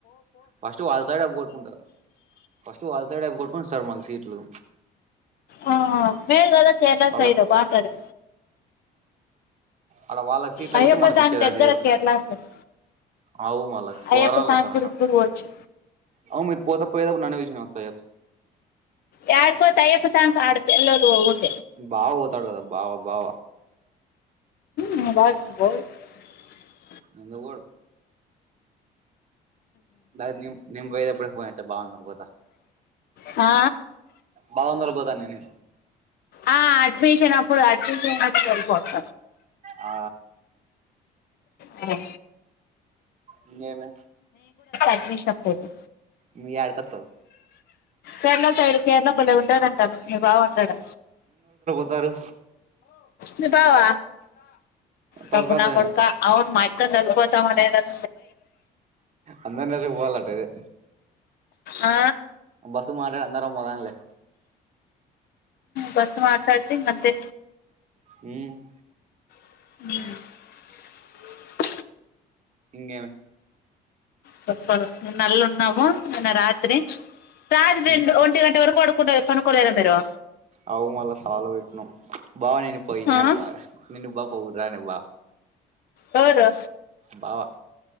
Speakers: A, on the right; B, on the left.
A: ఫస్ట్ వాళ్ళ సైడ్ బోకొట్టుకుంటారు, ఫస్ట్ వాళ్ళ సైడ్ బోకొట్టుకుని ఇస్తారు మాకు సీట్లు
B: ఆ, మేలు కదా కేరళ
A: వాళ్ళ
B: సైడ్ బాగుంటుంది
A: అడ వాళ్ళకి సీట్లుకపోతే
B: అయ్యప్ప
A: మనకి
B: స్వామి
A: ఇచ్చేది లేదాయ్యారు
B: దగ్గర కేరళ సైడ్
A: అవు మళ్ళా పోరాల
B: అయ్యప్ప స్వామి
A: వస్తారు
B: గుడికి
A: అన్నారు,
B: కూడా పోవచ్చు
A: అవు మీరు పోతా పోయేప్పుడు నన్ను పిలిచిన వస్తా
B: యడుకపోతా అయ్యప్ప స్వామి ఆడుపిల్లోళ్లు పొగుడుదు.
A: బావ పోతాడు కదా బావా బావా
B: మా బావ <unintelligible>
A: ఎందుకు బావకు నేన్ నిన్ పోయేతప్పుడు ఫోన్ ఎత్త బావని తొడపోతా
B: హా
A: బావనితోలుకుపోతా నేను
B: ఆ అడ్మిషన్ అప్పుడు అడ్మిషన్ ఎల్పోత
A: ఆ
B: ఆ
A: ఇంగెమి
B: అడ్మిషన్ అప్పోతే
A: మీ యాడికొతావ్
B: రెండోసైడ్ క్ కేరళ బలే ఉంటాదంటా మీ బావంటాడు
A: బారు
B: మీ బావ
A: తోలుకురావద్దని
B: గబ్బునాకొడకా అవును మాయక్కా తోలుపోత్ టమటా ఎయిడం
A: అందరినీ తీస్కుపోలాటా అదే
B: ఆ
A: ఇది మాటాడి అందరం పోదాంలే
B: బస్ మాట్లాడ్తే ఇంకంతే
A: హ్మ్
B: ఉ
A: ఇంగేమి
B: చొప్పాలి రెన్నేళ్ళున్నాము నిన్న రాత్రి రాత్రి రెండు
A: ఉమ్
B: ఒంటి గంట వరకు పడ్ కనుకుడా యేర మీరు
A: అవు మళ్ళ ఫాలో కొట్టినం బావ నిను పొగిడినాడు
B: ఆ?
A: బాగా నిన్న బా పోగ్ రాని బా
B: ఎవరు
A: బావా